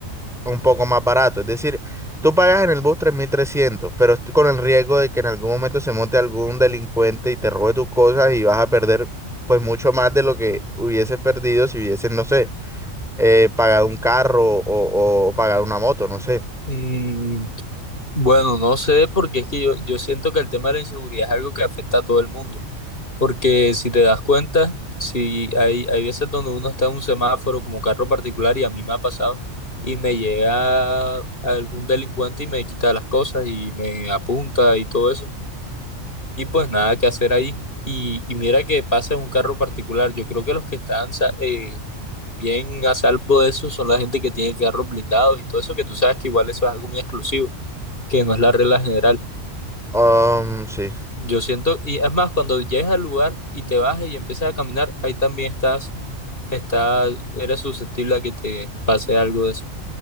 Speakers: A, in the centre; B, on the left.
A: un poco más barato. Es decir, tú pagas en el bus 3.300, pero est- con el riesgo de que en algún momento se monte algún delincuente y te robe tus cosas y vas a perder pues mucho más de lo que hubieses perdido si hubieses, no sé, eh, pagado un carro o, o- o pagado una moto, no sé.
B: Mm, bueno, no sé porque es que yo, yo siento que el tema de la inseguridad es algo que afecta a todo el mundo. Porque si te das cuenta, si hay, hay veces donde uno está en un semáforo como carro particular y a mí me ha pasado y me llega algún delincuente y me quita las cosas y me apunta y todo eso. Y pues nada que hacer ahí. Y, y mira que pasa en un carro particular. Yo creo que los que están sa- eh, bien a salvo de eso son la gente que tiene carros blindados y todo eso, que tú sabes que igual eso es algo muy exclusivo, que no es la regla general.
A: Um, sí.
B: Yo siento, y es más, cuando llegues al lugar y te bajas y empiezas a caminar, ahí también estás, estás, eres susceptible a que te pase algo de eso.